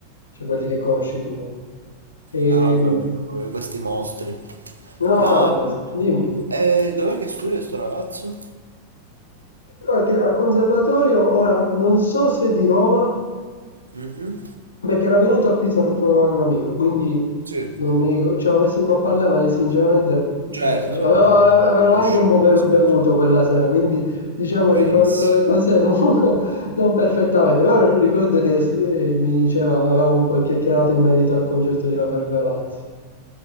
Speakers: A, on the left; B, on the right.
A: cioè quelli che conosci tu comunque. E,
B: Ah, vabbè, proprio questi mostri.
A: No,
B: Ma
A: no, cioè, s- dimmi.
B: eh, dov'è che studia sto ragazzo?
A: Perché al conservatorio, ora, non so se di Roma,
B: Mhm,
A: perché era venuto a Pisa per trovare un amico, quindi
B: Sì.
A: non mi ricordo, ci avevo messo un po' a parlare, ma sinceramente,
B: Certo,
A: cioè, avevo,
B: non,
A: avevo
B: non è
A: anche
B: uscito
A: un po'
B: il
A: be-
B: discorso.
A: bevuto quella sera, quindi, diciamo,
B: Benissimo.
A: ricordo le cose non, <laughs> non perfettamente, però ricordo che eh, mi diceva, avevamo un po' chiacchierato in merito al concerto di Rafael Galazzi.